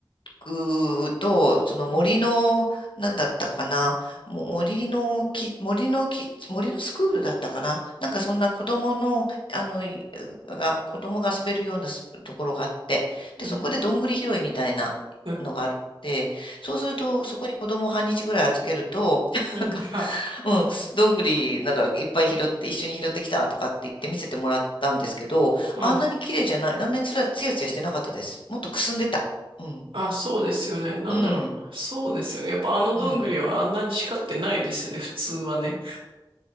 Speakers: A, on the left (about 75°); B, on the right (about 75°).
A: くと、その森の、
B: うん、
A: なんだったかな、もう森のき、森のき、森のスクールだったかな。なんかそんな子供の、
B: うん、
A: あの、いが、子供が遊べるようなスところがあって、
B: うん、
A: で、そこでどんぐり拾いみたいなのがあって、
B: うん、
A: そうすると、そこに子供を半日ぐらい預けると、
B: <laughs> うん、
A: なんか、
B: あ、
A: うんどんぐりなんかいっぱい拾って一緒に拾ってきたとかって言って見せてもらったんですけど、
B: うん。
A: あんなに綺麗じゃない、あんなにつら、つやつやしてなかったです。もっとくすんでた。うん。
B: あ、そうですよね。なんだ、
A: うん。
B: そうですよね。やっぱあのどんぐりはあんなに光ってないですよね、
A: うん。
B: 普通はね。